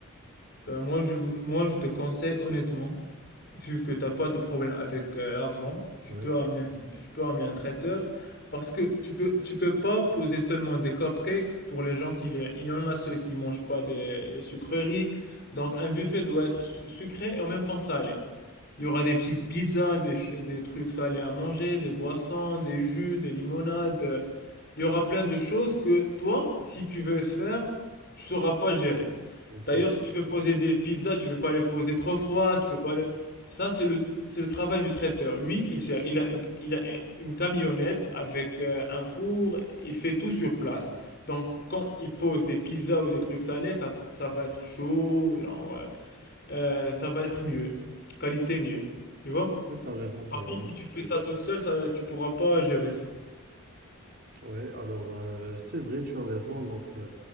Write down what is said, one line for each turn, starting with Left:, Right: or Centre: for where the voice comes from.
Left: ben moi, je vous, moi, je te conseille honnêtement, vu que tu n'as pas de problème avec euh, l'argent, tu
Right: Oui,
Left: peux ramener, tu peux ramener un traiteur parce que tu peux, tu peux pas poser seulement des cupcakes pour les gens qui viennent. Il y en a ceux qui mangent pas des, les sucreries. Donc, un buffet doit être su- sucré et en même temps salé. Il y aura des petites pizzas, des, ch- des trucs salés à manger, des boissons, des jus, des limonades. euh, Il y aura plein de choses que toi, si tu veux faire, tu sauras pas gérer.
Right: c'est
Left: D'ailleurs, si tu veux poser des pizzas, tu peux pas les poser trop froid, tu peux pas les... Ça, c'est le, c'est le travail du traiteur. Lui, il gère, il a, un- il a un- une camionnette avec euh, un four, il fait tout sur place. Donc, quand il pose des pizzas ou des trucs salés, ça, ça va être chaud, genre, euh, euh, ça va être mieux, qualité mieux. Tu vois?
Right: vrai. T'as raison,
Left: Parce
Right: t'as raison.
Left: que tu fais ça toute seule, ça, tu pourras pas gérer.
Right: Ouais, alors euh, c'est vrai, tu as raison. Donc, euh,